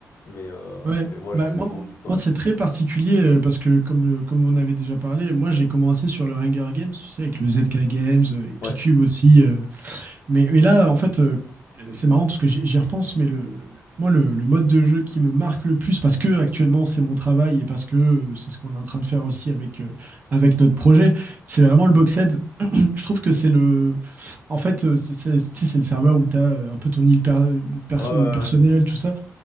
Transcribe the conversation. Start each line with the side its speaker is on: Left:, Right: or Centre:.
Left: Mais, euh,
Right: Ouais.
Left: mais moi,
Right: Bah,
Left: j'étais
Right: moi,
Left: de gros kiff, quoi.
Right: moi, c'est très particulier euh, parce que, comme, le- comme on avait déjà parlé, moi, j'ai commencé sur le Hunger Games, tu sais, avec le ZK Games, euh, et Picube
Left: Ouais.
Right: aussi. euh, Mais, mais là, en fait, euh, c'est marrant parce que j'y j'y repense, mais le, le- le- moi, le, le mode de jeu qui me marque le plus, parce que actuellement, c'est mon travail et parce que euh, c'est ce qu'on est en train de faire aussi avec, euh, avec notre projet, c'est vraiment le Boxed. Je trouve que c'est le. En fait, euh, c'est c'est- tu sais, c'est le serveur où tu as un peu ton île per- perso-
Left: Ouais, ouais, ouais.
Right: personnelle, tout ça.